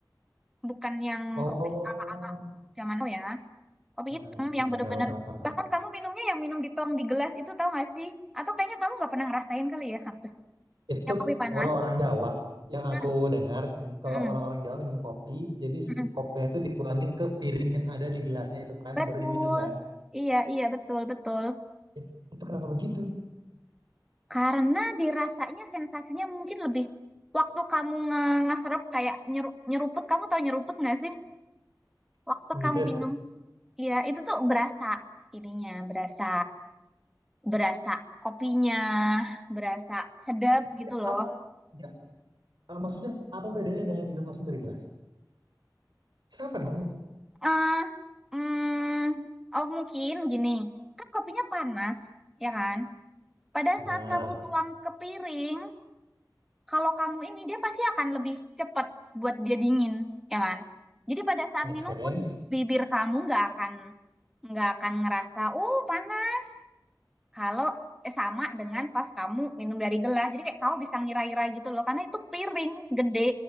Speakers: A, in the centre; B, on the right (about 75°).
A: Bukan yang
B: Oh,
A: kopi ala-ala zaman now ya. Kopi
B: ya,
A: hitam yang
B: nggak
A: bener-bener.
B: tahu, tahu paham.
A: Bahkan kamu minumnya yang minum dituang di gelas itu tau gak sih? Atau kayaknya kamu nggak pernah ngerasain kali ya. <laughs>
B: Itu
A: Yang kopi panas.
B: kalau orang Jawa yang
A: Hmm,
B: aku dengar, kalau
A: hmm,
B: orang-orang Jawa minum kopi, jadi
A: hmm.
B: s- kopinya itu dituangin ke piring yang ada di gelasnya itu kan,
A: Betul.
B: baru diminum kan.
A: Iya, iya, betul, betul.
B: It- Itu kenapa begitu?
A: Karena dirasanya sensasinya mungkin lebih waktu kamu nge ngeserap kayak nyeru nyeruput, kamu tahu nyeruput nggak sih? Waktu
B: Yang
A: kamu
B: Gitu.
A: minum, iya itu tuh berasa ininya, berasa berasa kopinya, berasa sedap gitu
B: Ya,
A: loh.
B: ap, ya, ah, maksudnya apa bedanya dengan minum langsung dari gelas? Sama dong.
A: Eh, mm, oh mungkin gini, kan kopinya panas, ya kan? Pada
B: Ya,
A: saat kamu tuang ke piring, kalau kamu ini dia pasti akan lebih cepat buat dia dingin, ya kan? Jadi pada saat
B: make
A: minum
B: sense.
A: pun bibir kamu nggak akan nggak akan ngerasa uh panas. Kalau eh, sama dengan pas kamu minum dari gelas, jadi kayak kau bisa ngira-ngira gitu loh, karena itu piring gede,